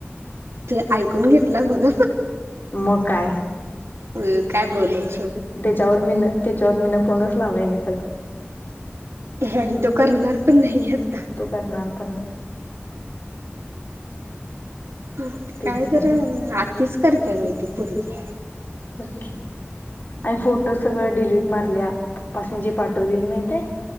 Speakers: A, on the right; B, on the left.
A: ते ऐकून घेतला मग.
B: मगं काय.
A: अ काय बोललं.
B: त्याच्यावर मीन त्याच्यावर मीन फोनच लावाय नाही त्याला
A: आणि तो करणार पण नाही घे आ
B: तो करणार पण नाही.
A: शेवटी
B: तेच
A: काय जरा
B: की
A: अं आतीच करत्या ग बाई ती पोरगी
B: बगकी आणि फोटो सगळ डिलीट मारल्या पप्पासनी जे पाठवलेली माहिती आहे.